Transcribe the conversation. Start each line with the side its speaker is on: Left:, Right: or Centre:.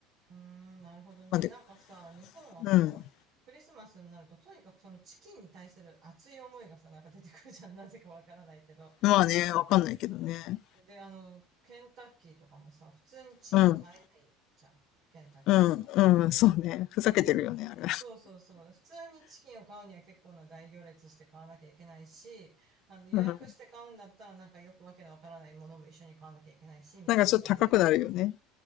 Right: うーん、なるほどね。
Left: まあで、
Right: なんかさ、日本はその、
Left: うん。
Right: クリスマスになると、とにかくそのチキンに対する熱い思いがさ、なんか出てくるじゃん。<laughs> なぜかわからないけど。
Left: まあね、わかんないけどね。
Right: で、あの、ケンタッキーとかもさ、普通にチキン買えないじゃん。
Left: うん、
Right: ケンタッキーは。
Left: うん、うん、そうね。ふざけてるよね、あれ。
Right: そうそうそうそう。普通にチキンを買うには結構な大行列して買わなきゃいけないし、あの、予約して買うんだったらなんかよくわけのわからないものも一緒に買わなきゃいけないし、
Left: うん。
Right: みたいな感
Left: なんかちょっと高くなるよね。